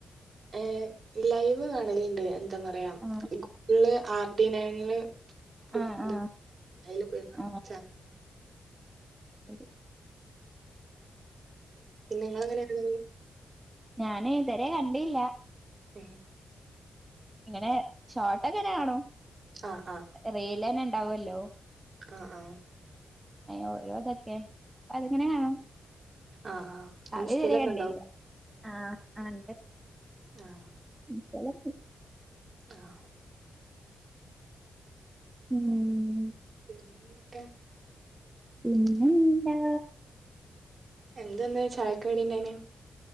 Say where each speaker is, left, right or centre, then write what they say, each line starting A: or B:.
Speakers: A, on the right; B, on the right.
A: ഏഹ് ലൈവ് കാണല്ണ്ട് എന്താ പറയാ
B: ആഹ്
A: <unintelligible> ആർ ഡി നയനില് <unintelligible>
B: ആഹ് ആഹ്
A: അയ്ല് പോയി കാണും
B: ആഹ്
A: <unintelligible>
B: ശരി
A: പിന്നെ നിങ്ങൾങ്ങനെയാ കാണല്
B: ഞാന് ഇതരെ കണ്ടില്ല
A: ഉം
B: ഇങ്ങനെ ഷോർട്ട്ങ്ങനെ കാണും
A: ആഹ് ആഹ്
B: റീല് തന്നെ ഉണ്ടാവല്ലോ
A: ആഹ് ആഹ്
B: അയ്‌ലെ ഓരോ ഇതൊക്കെ അപ്പൊ അതെങ്ങനെ കാണും
A: ആഹ് ആഹ്
B: കളിതരെ
A: ഇൻസ്റ്റയിലൊക്കെ
B: കണ്ടില്ല
A: ഉണ്ടോ
B: ആഹ് ആണ്ട്
A: ആഹ്
B: ഉം <inaudible>
A: ആഹ്
B: ഉം
A: പിന്നെന്തൊക്കെ
B: പിന്നെന്താ
A: എന്തെന്ന് ചായക്കാടിണ്ടായിനി